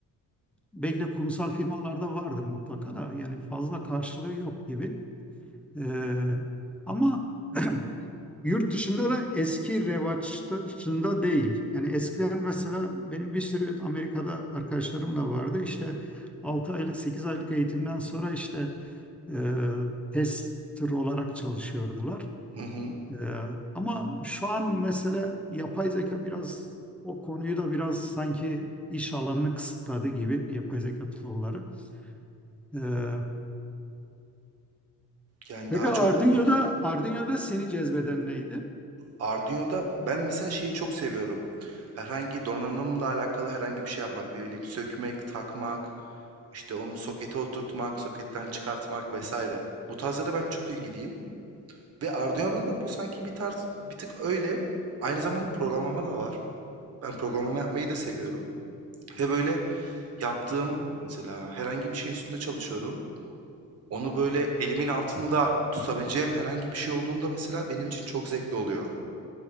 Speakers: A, in the centre; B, on the right (about 45°).
A: belki de kurumsal firmalarda vardır mutlaka da yani fazla karşılığı yok gibi. Ee, ama <clears throat> yurt dışında da eski revaçta değil. Yani eskiden mesela benim bir sürü Amerika'da arkadaşlarım da vardı. İşte 6 aylık 8 aylık eğitimden sonra işte e, tester olarak çalışıyordular.
B: Hı hı.
A: Ee, ama şu an mesele yapay zeka biraz o konuyu da biraz sanki iş alanını kısıtladı gibi yapay zeka tool'ları. Ee,
B: Yani
A: peki
B: daha
A: Arduino'da
B: çok peki
A: Arduino'da seni cezbeden neydi?
B: Arduino'da ben mesela şeyi çok seviyorum. Herhangi donanımla alakalı herhangi bir şey yapmak ne bileyim sökmek, takmak, işte onu sokete oturtmak, soketten çıkartmak vesaire. Bu tarzlara ben çok ilgiliyim. Ve Arduino'da da bu sanki bir tarz bir tık öyle. Aynı zamanda programlama da var. Ben programlama yapmayı da seviyorum. Ve böyle yaptığım mesela herhangi bir şey üstünde çalışıyorum. Onu böyle elimin altında tutabileceğim herhangi bir şey olduğunda mesela benim için çok zevkli oluyor.